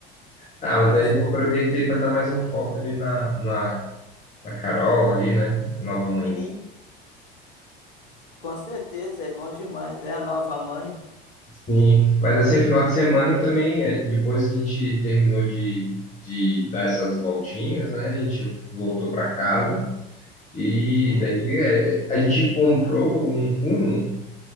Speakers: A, on the left (about 25°); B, on the left (about 70°).
A: <laughs> ah, mas
B: Conheço
A: aí eu
B: pouco.
A: aproveitei para dar mais um foco ali na, na, na Carol ali, né? Nova mãe.
B: Sim, com certeza, é bom demais. É a nova mãe.
A: Sim, mas assim, final de semana também, é, depois que a gente terminou de, de dar essas voltinhas, né? A gente voltou para casa e
B: Hum,
A: daí é, é, a gente comprou um Uno. Não